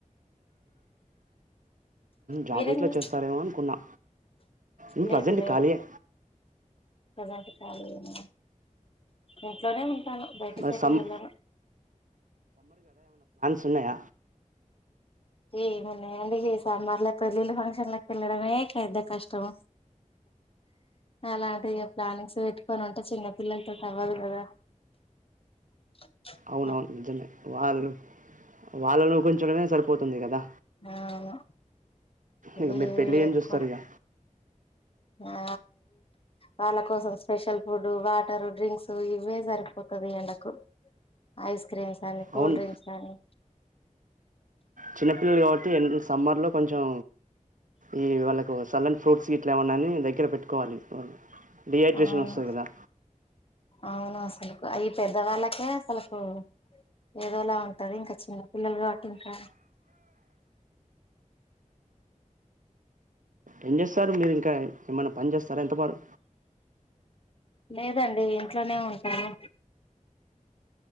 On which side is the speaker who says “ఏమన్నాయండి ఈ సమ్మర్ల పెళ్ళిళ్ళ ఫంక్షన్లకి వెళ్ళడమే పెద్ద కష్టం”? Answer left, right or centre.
Left